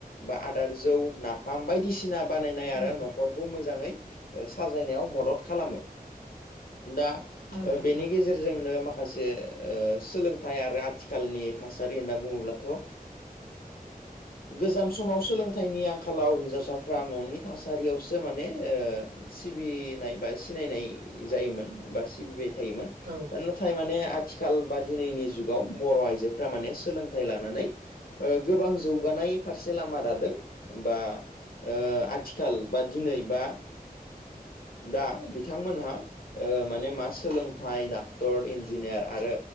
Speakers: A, on the left; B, on the right.
A: बाआदान जौ नाफाम बायदिसिना बानायनाय आरो
B: उम
A: न'खर खौ मोजाङै साजायनायाव मदद खालामो दा
B: उम
A: बेनि गेजेराव गेजेरजोंनो माखासे ओ सोलोंथाइ आरो आथिखालनि थासारि होनना बुङोब्लाथ' ओ गोजाम समाव सोलोंथाइनि आंखालाव हिनजावसा फ्रा न'नि थासारियावसो माने सिबिनाय बा सिनायनाय जायोमोन बा सिबिबाय थायोमोन
B: औ
A: नाथाय माने आथिखाल बा दिनैनि जुगाव बर' आइजोफ माने सोलोंथाइ लानानै गोबां जौगानाय फारसे लामा दादों बा आथिखाल आथिखाल बा दिनै बा दा बिथांमोनहा माने मा सोलोंथाइ दा क्टर इन्जिनियार आरो